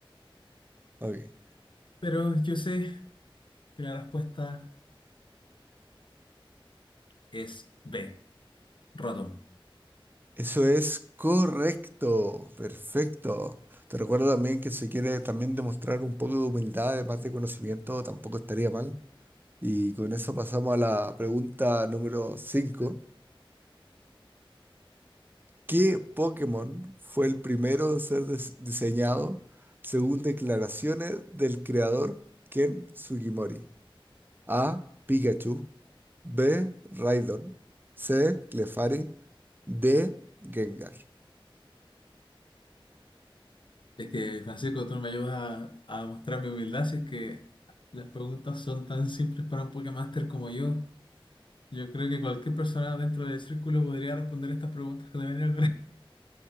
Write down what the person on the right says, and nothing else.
Ok.
Eso es correcto, perfecto. Te recuerdo también que si quieres también demostrar un poco de humildad, además de conocimiento, tampoco estaría mal. Y con eso pasamos a la pregunta número cinco. ¿Qué Pokémon fue el primero en ser dis- diseñado según declaraciones del creador Ken Sugimori? A. Pikachu. B. Raidon. C. Clefairy. D. Gengar.